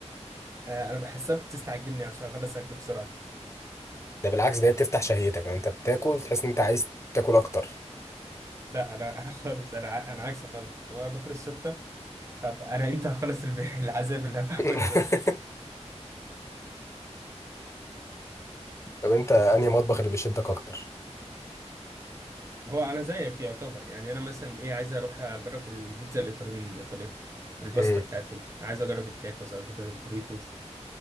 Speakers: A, on the right; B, on the left.
A: آه، انا بحسها بتستعجلني عشان اخلص اكل بسرعه
B: ده بالعكس ده هي بتفتح شهيتك يعني انت بتاكل تحس ان انت عايز تاكل اكتر
A: لا انا <laughs> انا خالص انا ع- انا عكسك خالص لو انا باكل الشطه طب انا امتى هخلص الب- <laughs> العذاب اللي انا
B: <laughs>
A: بعمله ده
B: طب انت انهي مطبخ اللي بيشدك اكتر
A: هو انا زيك يعتبر يعني انا مثلا ايه عايز اروح اجرب البيتزا الايطاليه الايطاليه والباستا
B: مم.
A: بتاعتهم عايز اجرب التاكوز عايز اجرب البوريتوس